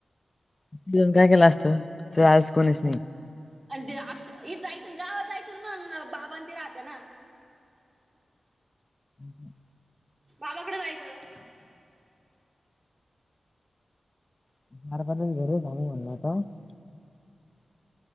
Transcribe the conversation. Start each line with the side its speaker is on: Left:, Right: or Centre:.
Left: तिथं जाऊन काय केले असत तेथ आज कोणीच नाही
Right: आणि अक्ष इ जायचं गावात जायचं मग बाबां त राहते ना
Left: हम् हम
Right: बाबाकड जायचं
Left: <unintelligible>